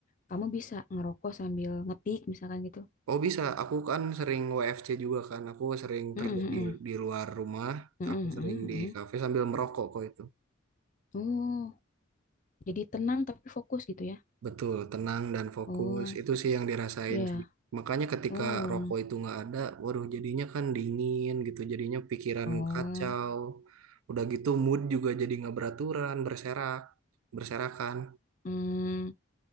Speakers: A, on the left; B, on the right.
A: kamu bisa ngerokok sambil ngetik misalkan gitu.
B: Oh bisa, aku kan sering WFC juga kan. Aku sering
A: Mm-mm,
B: kerja
A: mm-mm.
B: di di luar rumah.
A: Mm-mm,
B: Aku
A: mm-mm,
B: sering
A: mm-mm.
B: di kafe sambil merokok kok itu.
A: Oh, jadi tenang tapi fokus gitu ya?
B: Betul, tenang dan fokus.
A: Oh,
B: Itu sih yang dirasain
A: ya.
B: sih. Makanya ketika
A: Oh,
B: rokok itu nggak ada, waduh jadinya kan dingin gitu. Jadinya pikiran
A: oh.
B: kacau. Udah gitu mood juga jadi nggak beraturan, berserak, berserakan.
A: Hmm.